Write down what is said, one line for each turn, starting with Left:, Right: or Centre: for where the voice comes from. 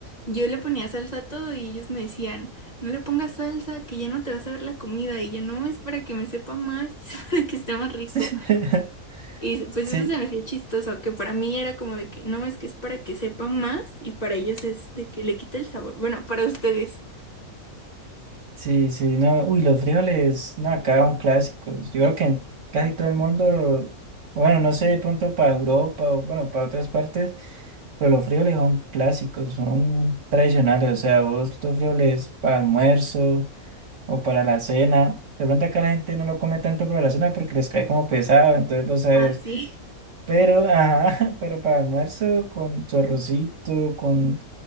Left: yo le ponía salsa a todo y ellos me decían, no le pongas salsa, que ya no te vas a ver la comida y yo no, es para que me sepa más, <laughs> es para que esté más rico.
Right: <laughs>
Left: Y pues
Right: Sí,
Left: eso se me hacía chistoso, que para mí era como de que no, es que es para que sepa más y para ellos es de que le quita el sabor, bueno, para ustedes.
Right: Sí, sí, no, uy, los frijoles, no, acá son clásicos. Yo creo que en casi todo el mundo, bueno, no sé, de pronto para Europa o bueno, para otras partes, pero los frijoles son clásicos, son tradicionales. O sea, vos los frijoles para almuerzo o para la cena. De pronto acá la gente no lo come tanto para la cena porque les cae como pesado, entonces vos sabes.
Left: Ah, sí.
Right: Pero, ajá, <laughs> pero para almuerzo con su arrocito, con